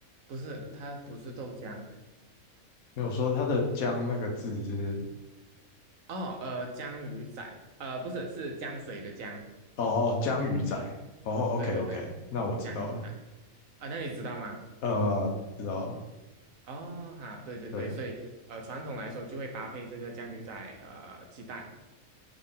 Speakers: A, on the right; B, on the left.
A: 不是，它不是豆浆
B: 没有说它的浆那个字是
A: 哦，呃，江鱼仔，呃，不是是江水的江。
B: 哦哦，江鱼仔。哦，OK
A: 对对对，
B: OK，那我知道了。
A: 降鱼仔啊，那你知道吗？
B: 呃，知道了。
A: 哦哈，对对对，
B: 对，
A: 所以呃，传统来说就会搭配这个酱鱼仔呃鸡蛋，